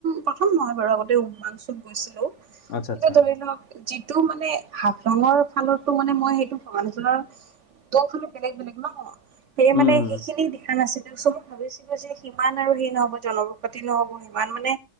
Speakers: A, on the right; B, on the left.
A: প্ৰথম নহয় বাৰু আগতে উমাংচুত গৈছিলোঁ এতিয়া
B: আচ্ছা আচ্ছা
A: ধৰি লওক যিটো মানে হাফলঙৰ ফালটো মানে মই সেইটো মানুহজনৰ দ ফুল বেলেগ - বেলেগ। ন, সেয়ে মানে
B: উম
A: সেইখিনি দেখা নাছিলো চ ভাবিছিলো যে সিমান আৰু সেই নহব জন পাতি নহ'ব ইমান মানে